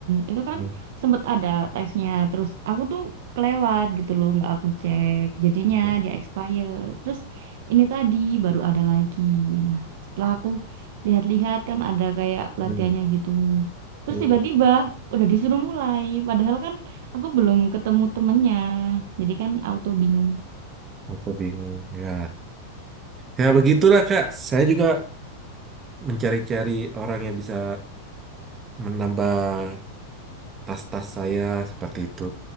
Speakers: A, on the right (about 55°); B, on the right (about 25°).
A: itu kan
B: Hmm,
A: sempet ada teksnya. Terus aku tuh kelewat gitu loh, nggak aku cek. Jadinya
B: hmm,
A: dia expire. Terus ini tadi baru ada lagi. Nah, setelah aku lihat-lihat kan ada kayak pelatihannya
B: hmm,
A: gitu. Terus
B: hmm.
A: tiba-tiba udah disuruh mulai. Padahal kan aku belum ketemu temennya. Jadi kan auto bingung.
B: Aku bingung. Ya, ya begitulah, Kak. Saya juga mencari-cari orang yang bisa menambah tas-tas saya seperti itu